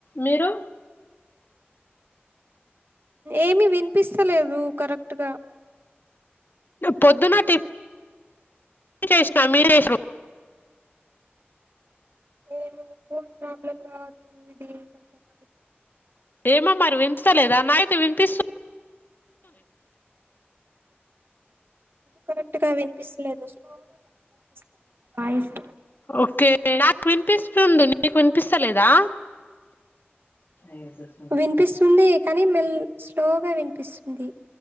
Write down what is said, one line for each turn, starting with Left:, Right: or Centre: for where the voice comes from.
Left: మీరు
Right: ఏమి వినిపిస్తలేదు కరెక్ట్ గా
Left: పొద్దున్న టిఫి టిఫిన్ చేసినా మీరు చేసిరు
Right: ఏం ఫోన్ ప్రాబ్లమ్ రా చుది కొంచెం <inaudible>
Left: ఏమో మరి వినిపలేదు అ నాకు అయితే వినిపిస్తు
Right: కరెక్ట్ గా వినిపిస్తలేదు స్లోగా వినిపిస్తుంది <inaudible> వాయిస్
Left: ఓకే నాకు వినిపిస్తుంది నీకు వినిపిస్తలేదా ఐ స్ స్
Right: వినిపిస్తుంది
Left: <inaudible>
Right: కానీ మెల్ స్లోగా వినిపిస్తుంది